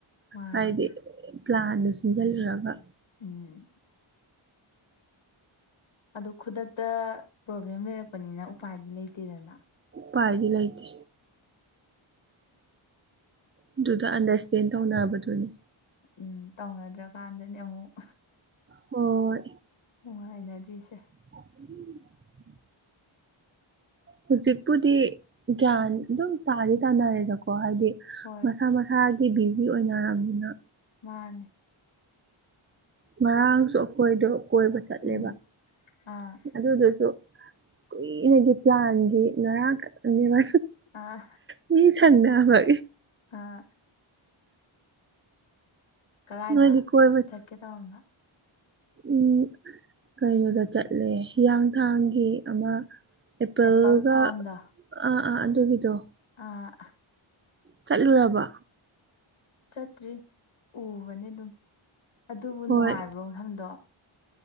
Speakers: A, on the left; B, on the right.
A: ꯃꯥꯅꯦ
B: ꯍꯥꯏꯗꯤ ꯄ꯭ꯂꯥꯟꯗꯨ ꯁꯤꯟꯖꯜꯂꯨꯔꯒ
A: ꯎꯝ ꯑꯗꯣ ꯈꯨꯗꯛꯇ ꯄ꯭ꯔꯣꯕ꯭ꯂꯦꯝ ꯂꯩꯔꯛꯄꯅꯤꯅ ꯎꯄꯥꯏꯗꯤ ꯂꯩꯇꯦꯗꯅ
B: ꯄꯗꯤ ꯂꯩꯇꯦ ꯑꯗꯨꯗ ꯑꯟꯗꯔꯁꯇꯦꯟ ꯇꯧꯅꯕꯗꯨꯅꯤ
A: ꯎꯝ ꯇꯧꯅꯗ꯭ꯔꯀꯥꯟꯗꯅꯦ ꯑꯃꯨꯛ
B: ꯍꯣꯏ
A: ꯅꯨꯡꯉꯥꯏꯅꯗ꯭ꯔꯤꯁꯦ
B: <unintelligible> ꯍꯧꯖꯤꯛꯄꯨꯗꯤ ꯒ꯭ꯌꯥꯟ ꯑꯗꯨꯝ ꯇꯥꯗꯤ ꯇꯥꯅꯔꯦꯗꯀꯣ ꯍꯥꯏꯗꯤ
A: ꯍꯣꯏ
B: ꯃꯁꯥ ꯃꯁꯥ ꯏꯁꯥꯒꯤ ꯕꯤꯖꯤ ꯑꯣꯏꯅꯔꯕꯝꯅꯤꯅ
A: ꯃꯥꯅꯤ
B: ꯉꯥꯔꯡꯁꯨ ꯑꯩꯈꯣꯏꯗꯣ ꯀꯣꯏꯕ ꯆꯠꯂꯦꯕ
A: ꯎꯝ ꯑꯥ
B: ꯑꯗꯨꯗꯨꯁꯨ ꯀꯨꯏꯅꯒꯤ ꯄ꯭ꯂꯥꯟꯒꯤ ꯉꯔꯡ ꯈꯠꯇꯅꯦꯕ
A: ꯑꯥ
B: ꯃꯤ ꯁꯪꯅꯕꯒꯤ
A: ꯑꯥ ꯀꯔꯥꯏꯗ
B: ꯅꯣꯏꯗꯤ ꯀꯣꯏꯕ
A: ꯆꯠꯀꯦ ꯇꯧꯔꯝꯕ
B: ꯎꯝ ꯀꯩꯅꯣꯗ ꯆꯠꯂꯦ ꯍꯤꯌꯥꯡꯊꯥꯡꯒꯤ ꯑꯃ ꯑꯦꯄꯜꯒ
A: ꯑꯦꯄꯜ ꯐꯥꯔꯝꯗꯣ
B: ꯑ ꯑꯥ ꯑꯗꯣ ꯒꯤꯗꯣ
A: ꯑꯥ
B: ꯆꯠꯂꯨꯔꯕ
A: ꯆꯠꯇ꯭ꯔꯤ ꯎꯕꯅꯤ ꯑꯗꯨꯝ ꯑꯗꯨꯕꯨ
B: ꯍꯣꯏ
A: ꯅꯨꯡꯉꯥꯏꯕ꯭ꯔꯣ ꯃꯐꯝꯗꯣ